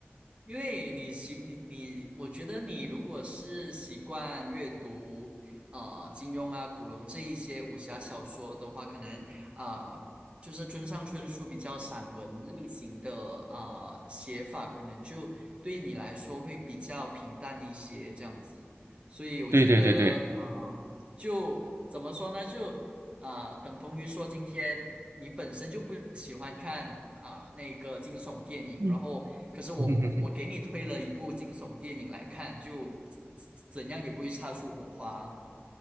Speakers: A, on the right; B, on the right.
A: 因为你习你你，我觉得你如果是习惯阅读，啊金庸啊、古龙这一些武侠小说的话，可能啊、呃就是村上春树比较散文类型的啊、呃写法，可能就对你来说会比较平淡一些这样子。所以我觉得，
B: 对对对对，
A: 啊，就怎么说呢，就啊、呃等同于说今天你本身就不喜欢看啊、那个惊悚电影，
B: 嗯
A: 然后可是我我我给你推了一部惊悚电影来看，
B: <laughs>
A: 就怎怎样也不会擦出火花，